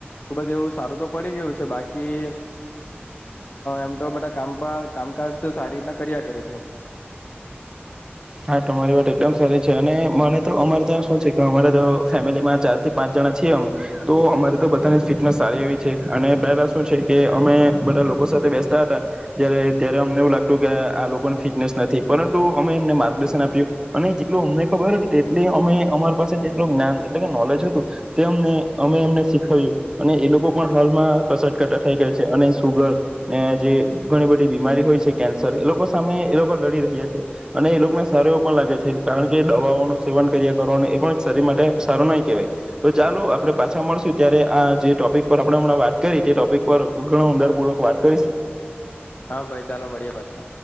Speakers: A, on the left (about 50°); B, on the right (about 20°).
A: ખુબ જ એવું સારું તો પડી ગયું છે બાકી એમ તો બધા કામ કામકાજ સારી રીતના કર્યા કરે છે.
B: હા તમારી વાત એકદમ સારી છે અને મને તો અમારે ત્યાં શું છે કે અમારે તો ફેમિલીમાં ચાર થી પાંચ જણા છીએ અમે તો અમારે તો બધાની જ ફિટનેસ સારી એવી છે અને પહેલા શું છે કે અમે બધા લોકો સાથે બેસતા હતા, જ ત્યારે અમને એવું લાગતું કે આ લોકોની ફિટનેસ નથી પરંતુ અમે એમને મા જેટલું અમને ખબર તેટલી અમે અમારી પાસે જેટલું જ્ઞાન એટલે કે નોલેજ હતું, તે અને અમે એમને શીખ્યું અને એ લોકો પણ હાલમાં કસરત થાય ગયા છે, અને સુગર જે ઘણી બધી બીમારી હોય છે કેન્સર એ લોકો સામે એ લોકો લડી રહ્યા છે, અને એ લોકોના સારું એવું પણ લાગે છે કારણ કે દવાઓ નુ સેવન કર્યા કરવાનું એ પણ શરીર માટે સારું નહી કેવાય તો ચાલો આપણે પાછા મળશું ત્યારે આ જે ટોપિક પર આપણે હમણા કરી તે ટોપિક પર ઘણુ ઉંડારપૂર્વક વાત કરીશું
A: હા, ભાઈ ચાલો મળીએ પાછો